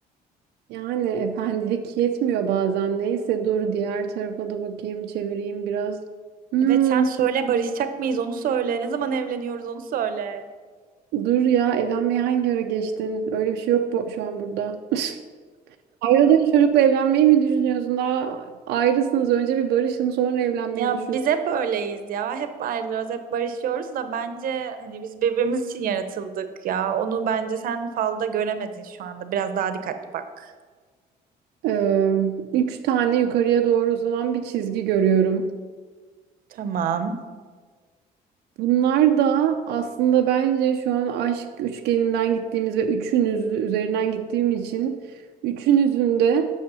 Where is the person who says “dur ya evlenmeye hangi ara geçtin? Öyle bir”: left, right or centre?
Right